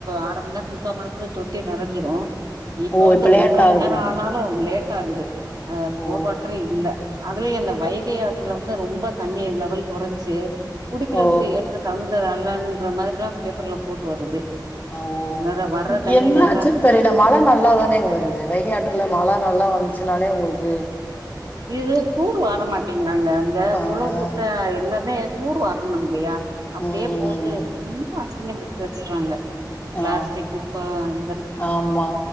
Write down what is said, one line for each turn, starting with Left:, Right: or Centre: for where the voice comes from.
Right: அர மநேர்த் முக்கா மநேர்த்ல தொட்டி நெறஞ்சிரு இப்ப
Left: ஓ!
Right: வந்து
Left: லேட்
Right: ஒன்ற
Left: ஆகுதுங்க.
Right: மண்நேர ஆனாலு லேட் ஆகுது அ
Left: ஓ!
Right: போர் வாட்டரே இல்ல பே இந்த வைகை ஆற்றுல வந்து ரொம்ப தண்ணி லெவல் கொறைஞ்சி குடிக்கிறதுக்கு
Left: ஓ!
Right: ஏற்ற தகுந்தது அல்லன்ற மாதிரிலா பேப்பர்ல போட்டு வருது
Left: அவ்
Right: அதனால வர்ற தண்ணி
Left: என்ன
Right: நல்லா
Left: ஆச்சு தெரில மழ நல்லாதானேங் வருது வைகையாற்றுல மழ நல்லா வந் சினாலே உங்குளுக்கு
Right: இது தூர் வார மாட்டேங்கிறாங்க அங்க
Left: ஆ.
Right: குளோ குட்டே எல்லாமே தூர் வாரணும் இல்லயா
Left: ம்
Right: அப்டியே போட்டு ரொம்ப அசிங்கம் படித்து வச்சுறாங்க ப்ளாஸ்டிக்
Left: ஆ
Right: குப்ப அந்
Left: ஆமா